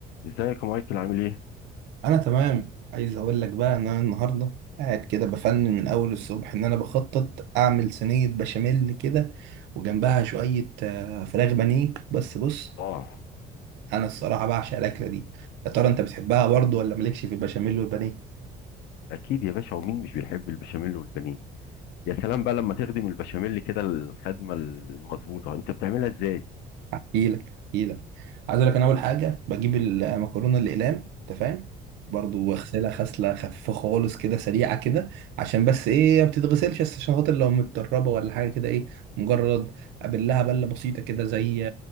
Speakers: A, on the left; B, on the right.
A: ازيك يا مايكل عامل ايه؟
B: انا تمام عايز اقول لك بقى ان انا النهارده قاعد كده بفنن من اول الصبح ان انا بخطط اعمل صينيه بشاميل كده وجنبها شويه آه، فراخ بانيه بس بص
A: اه
B: انا الصراحه بعشق الاكله دي يا ترى انت بتحبها برضو ولا مالكش في البشاميل والبانيه
A: اكيد يا باشا ومين مش بيحب البشاميل والبانيه؟ يا سلام بقى لما تخدم البشاميل كده الخدمه المظبوطه انت بتعملها ازاي؟
B: احكي لك احكي لك عايز اقول لك انا اول حاجه بجيب المكرونه الاقلام انت فاهم برضو
A: مم.
B: واغسلها غسله خفيفه خالص كده سريعه كده عشان بس ايه ما بتتغسلش بس عشان خاطر لو متدربه ولا حاجه كده ايه مجرد ابلها بله بسيطه كده زي